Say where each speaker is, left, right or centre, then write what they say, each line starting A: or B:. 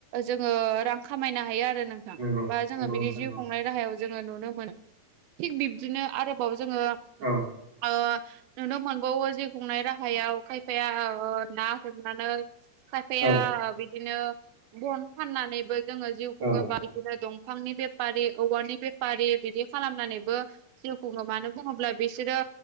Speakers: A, on the right; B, on the right.
A: जोङो रां खामायनो हायो। आरो नोंथां
B: नंगौ
A: बा जोङो
B: नंगौ
A: बिदि
B: नोंथां
A: जिउ खुंनाय राहायाव जोङो नुनो मोनो थिग बिब्दिनो आरोबाव जोङो।
B: औ
A: ओ नुनो मोनबावो जिउ खुंनाय राहायाव खायफाया ओ ना हमनानै खायफाया
B: औ
A: ओ बिदिनो बन फाननानैबो जोङो जिउ
B: औ
A: खुङो बा बिदिनो दंफांनि बेपारि औवानि बेपारि बिदि खालामनानै बो जिउ खुङो मानो बुङोब्ला बिसोरो